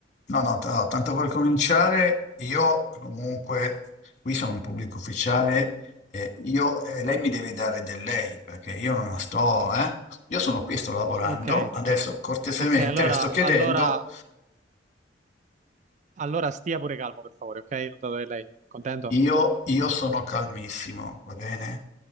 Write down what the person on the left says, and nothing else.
No, no, t- allora, tanto per cominciare, io comunque qui sono un pubblico ufficiale, eh, io, eh, lei mi deve dare del lei, perché io non la sto, eh. Io sono qui, sto lavorando,
adesso cortesemente
le sto chiedendo
Io, io sono calmissimo, va bene?